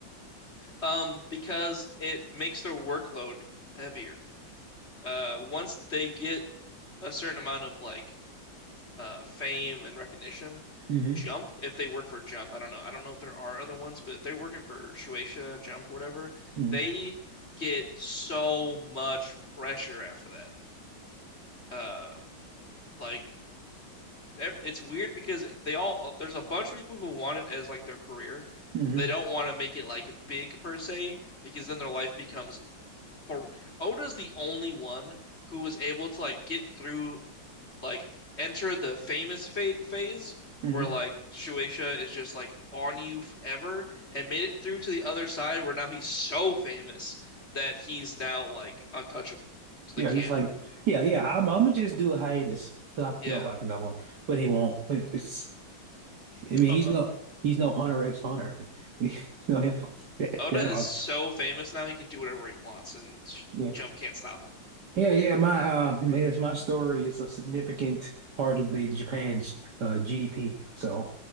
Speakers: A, on the left (about 30°); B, on the right (about 55°).
A: um, because it makes their workload heavier. Uh, once they get a certain amount of like uh fame and recognition,
B: hmm
A: Jump, if they work for Jump, I don't know, I don't know if there are other ones, but if they're working for Shueisha, Jump, whatever,
B: hmm
A: they get so much pressure after that. Uh, like it's weird because they all uh, there's a bunch of people who want it as like their career,
B: hmm
A: but they don't want to make it like big per se because then their life becomes hor- Oda's the only one who was able to like get through like enter the famous fa phase
B: hmm
A: where like Shueisha is just like on you forever and made it through to the other side where now he's so famous that he's now like untouchable. So
B: Yeah,
A: they can't.
B: he's like, yeah, yeah. I'm, I'm gonna just do a hiatus till I
A: Yeah.
B: feel like another one, but he won't. It's, I mean,
A: O-
B: he's no, he's no Hunter X Hunter. <laughs> No, that,
A: Oda
B: that
A: is
B: all-
A: so famous now, he can do whatever he wants, and
B: yeah,
A: Jump can't stop him.
B: yeah, yeah. My, uh, yes, my story is a significant part of the Japan's uh, GDP. So,